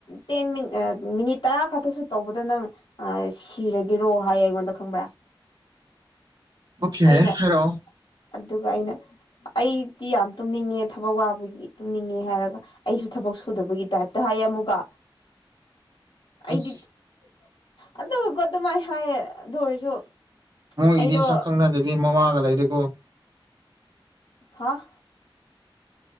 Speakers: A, on the left; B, on the right.
A: ꯇꯦꯟ ꯃꯤꯅꯤꯠ ꯃꯤꯅꯤꯠ ꯇꯔꯥ ꯈꯛꯇꯁꯨ ꯇꯧꯕꯗ ꯅꯪ ꯑ ꯁꯤꯔꯒꯦꯔꯣ ꯍꯥꯏꯌꯦ ꯑꯩꯉꯣꯟꯗ ꯈꯪꯕ꯭ꯔꯥ
B: ꯑꯣꯀꯦ
A: ꯑꯩꯅ
B: ꯍꯥꯏꯔꯛꯑꯣ
A: ꯑꯗꯨꯒ ꯑꯩꯅ ꯑꯩꯗꯤ ꯌꯥꯝ ꯇꯨꯝꯅꯤꯡꯉꯦ ꯊꯕꯛ ꯋꯥꯕꯒꯤ ꯇꯨꯝꯅꯤꯡꯉꯦ ꯍꯥꯏꯔꯒ ꯑꯩꯁꯨ ꯊꯕꯛ ꯁꯨꯗꯕꯒꯤ ꯇꯥꯏꯞꯇ ꯍꯥꯏꯌꯦ ꯑꯃꯨꯛꯀ
B: <inaudible>
A: ꯑꯩꯗꯤ
B: ꯑꯁ
A: ꯑꯗꯨꯀꯣ ꯑꯗꯨꯃꯥꯏ ꯍꯥꯏꯌꯦ ꯑꯗꯨ ꯑꯣꯏꯔꯁꯨ
B: ꯃꯣꯏꯒꯤꯗꯤ
A: ꯑꯩꯗꯣ
B: ꯁꯛ ꯈꯪꯅꯗꯕꯤ ꯃꯋꯥꯒ ꯂꯩꯔꯦꯀꯣ
A: ꯍꯥꯥ